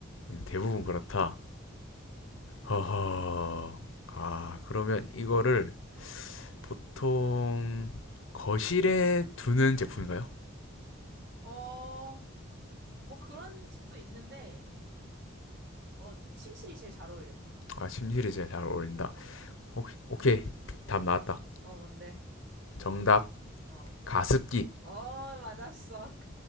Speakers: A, on the left; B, on the right.
A: 음, 대부분 그렇다. 허허. 아, 그러면 이거를 보통 거실에 두는 제품인가요?
B: 어, 뭐 그런 집도 있는데, 뭐, 침실이 제일 잘 어울려.
A: 아, 심실이 제일 잘 어울린다. 오, 오케이. 답 나왔다.
B: 어, 뭔데?
A: 정답,
B: 어.
A: 가습기.
B: 어, 맞았어. <laughs>